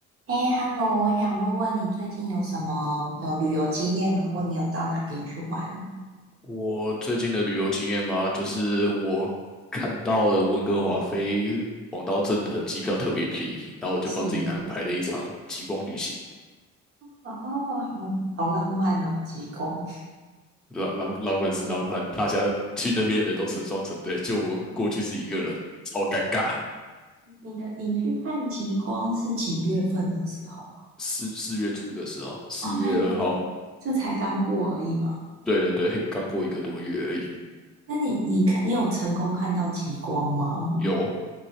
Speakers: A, on the right (about 45°); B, in the centre.
A: 哎，Hello，我想问问你最近有什么呃旅游经验吗？或你有到哪边去玩？
B: 我最近的旅游经验嘛，就是我看到了温哥华飞黄刀镇的机票特别便宜，然后我就帮自己安排了一场极光旅行。
A: 是哦，哦好好浪漫哦，极光。
B: 老老老板是老板，大家去那边的都成双成对，就我过去是一个人，超尴尬。
A: 你的你去看极光是几月份的时候啊？
B: 四四月初的时候，四月二号，
A: 哦，那也就才刚过而已嘛。
B: 对对对，刚过一个多月而已。
A: 那你你看你有成功看到极光吗？
B: 有，